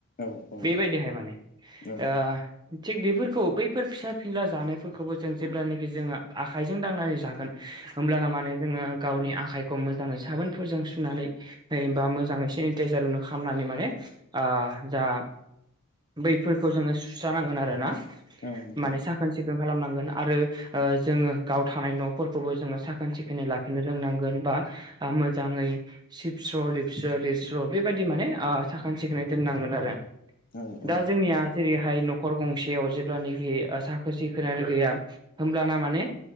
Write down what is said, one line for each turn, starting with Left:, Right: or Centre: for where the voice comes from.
Left: औ औ।
Right: बेबायदिहाय माने
Left: औ
Right: ओ थिग बेफोरखौ बैफोर फिसा फिनला जानायफोरखौबो जों जेब्लानोखि जोङो आखाइजों दांनानै जागोन। होमब्लाना माने जोङो गावनि आखाइखौ मोजाङै साबोनफोरजों सुनानै नैबा मोजाङै सेनिटाइजारनो खालामनानै माने ओ जा बैफोरखौ जोङो सुस्रानांगोन आरो ना
Left: औ नोंथां
Right: माने साखोन सिखोन खालामनांगोन आरो ओ जोङो गाव थानाय न'फोरखौबो जोङो साखोन सिखोनै लाखिनो रोंनांगोन बा आ मोजाङै सिबस्र' लिरस्र' लिरस्र' बेबायदि माने साखोन सिखोनै दोननांगोन आरो
Left: औ औ
Right: दा जोंनिया जेरैहाय न'खर गंसेयाव जेब्लानोखि ओ साखोन सिखोनानो गैया होमब्लाना माने